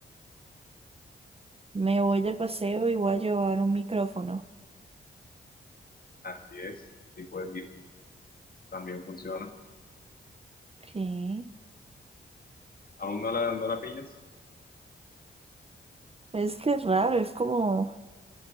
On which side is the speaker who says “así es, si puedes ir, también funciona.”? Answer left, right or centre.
Left